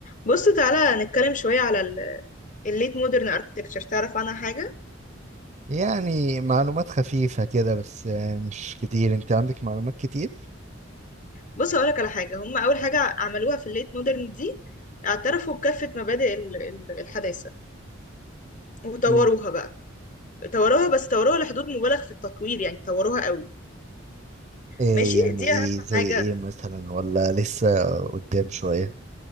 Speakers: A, on the left (about 40°); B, on the right (about 35°).
A: بص تعالى نتكلم شوية على ال الليت مودرن اركتكتشر تعرف عنها حاجة
B: يعني معلومات خفيفة كده بس آه، مش كتير انت عندك معلومات كتير
A: بص هقولك على حاجة هم أول حاجة عملوها في الليت مودرن دي اعترفوا بكافة مبادئ ال- ال- الحداثة وطوروها
B: مم.
A: بقى طوروها بس طوروها لحدود مبالغ في التطوير يعني طوروها قوي
B: ايه
A: ماشي
B: يعني
A: دي
B: ايه
A: أهم حاجة
B: زي ايه مثلا ولا لسه قدام شوية